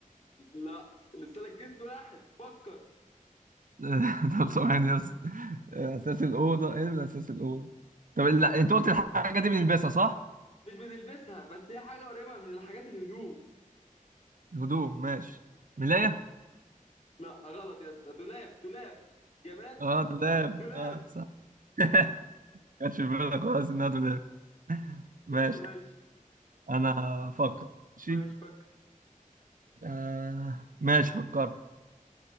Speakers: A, on the left; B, on the right.
A: لا لسه لك جس واحد فكر
B: آه، <laughs> طب ثواني يس آه، أساس الأوضة إيه من أساس الأوضة طب لا أنت قلت الحاجة دي بنلبسها صح؟
A: مش بنلبسها بس هي حاجه قريبه من الحاجات الهدوم
B: الهدوم ماشي ملاية؟
A: لا غلط يا اسطى دولاب دولاب جماد
B: أه دولاب
A: دولاب
B: أه صح <laughs> كانش في بالك خالص إنها دولاب ماشي
A: ماشي
B: أنا أفكر ماشي
A: ماشي فكر
B: آه ماشي فكرت